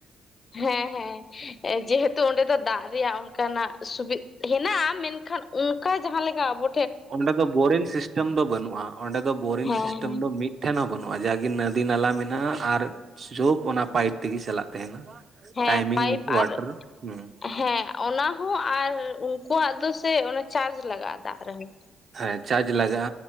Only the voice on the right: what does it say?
ᱚᱸᱰᱮ ᱫᱚ ᱵᱳᱨᱤᱝ ᱥᱤᱥᱴᱮᱢ ᱫᱚ ᱵᱟᱹᱱᱩᱜ-ᱟ ᱚᱸᱰᱮ ᱫᱚ ᱵᱳᱨᱤᱝ
ᱥᱤᱥᱴᱮᱢ ᱫᱚ ᱢᱤᱫᱼᱼ ᱴᱷᱮᱱ ᱦᱚᱸ ᱵᱟᱹᱱᱩᱜ-ᱟ ᱡᱟᱜᱮ ᱱᱚᱫᱤ ᱱᱟᱞᱟ ᱢᱮᱱᱟᱜ-ᱟ ᱟᱨ ᱡᱳᱯ ᱚᱱᱟ ᱯᱟᱭᱤᱯ ᱛᱮᱜᱮ ᱪᱟᱞᱟᱜ ᱛᱟᱦᱮᱱᱟ᱾
ᱴᱟᱭᱢᱤᱝ
ᱚᱣᱟᱴᱟᱨ
ᱦᱩᱸ
ᱦᱮᱸ ᱪᱟᱨᱡᱽ ᱞᱟᱜᱟᱜ-ᱟ